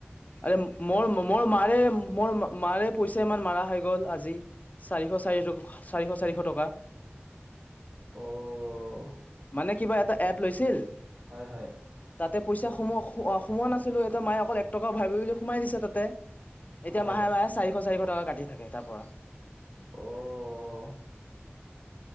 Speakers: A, on the left; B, on the right.
A: আৰে মোৰ মোৰ মাৰে মোৰ মাৰে পইচা ইমান মাৰা হয়। গ'ল আজি চাৰিশ চাৰ চাৰিশ চাৰিশ টকা।
B: অ'।
A: মানে কিবা এটা এপ লৈছিল?
B: হয় হয়।
A: এয়া পইচা সোমোৱা সোমোৱা নাছিলোঁ এটা মায়ে অকল এক টকা ভৰাবি বুলি সোমাই দিছে তাতে। এতিয়া
B: হয়
A: মাহে মাহে চাৰিশ চাৰিশ ত' কাটি থাকে তাৰপৰা।
B: অ'।